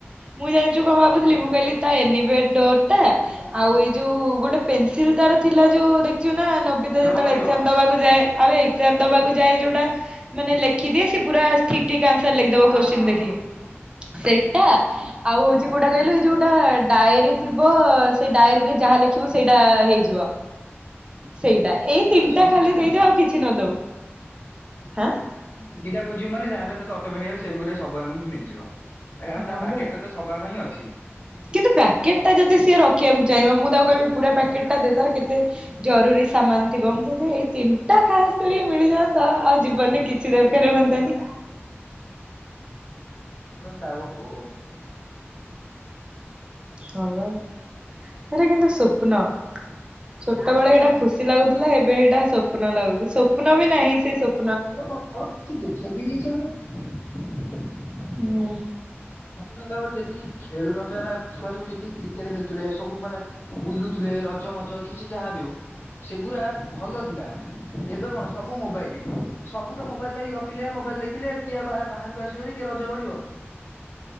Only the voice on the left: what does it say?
ଡ୍ର
କରିବ
ହଁ
ହଁ
ହଁ ହଁ ହଁ।
ହୁଁ
ଆବେ
ସବୁ
କିଛି
ଅଛି।
ତୁ
ତୁ ତିନିଟା ଖୋଜିବୁ ମାନେ ଯାହା ବି ହେନେ ତତେ ଅଟୋମେଟିକାଲି ସେବୁରା ସବୁଆଙ୍କ ମିଳିଯିବ। ଆ କାରଣ
ତା ପ୍ୟାକେଟରେ
ତ ସବୁଆଙ୍କ ହିଁ ଅଛି।
ଣନ୍ତା ଓହୋ।
ଆଉ ସ୍ୱପ୍ନ।
ଏବେ ଆଉ କିଛି ଦେଖିବା ବି ଚାହୁଁନି। <inaudible>
ମତେ ତାଙ୍କଟା କହିଲେ ଯେତିକି ଖେଳୁନ ତାନା ଛୁଆ ସବୁ ଯେତିକି କ୍ରିକେଟ ଖେଳୁଥୁଲେ। ସବୁ ମାନେ ବୁଲୁଥୁଲେ ରଜ ମଜ କିଛି ଯାହା ବି ହଉ ସେଗୁରା ଭଲ ଥିଲା । ଏବେ କଣ ସବୁ ମୋବାଇଲ ସବୁ ତ ମୋବାଇଲ ଧରିକି ଗପିଲ ମୋବାଇଲ ଦେ ଖିଲେ କିଏ ଆଉ ବାହା ବାହାରୁକୁ ଆସିବ ଯେ କିଏ ରଜ କରିବ?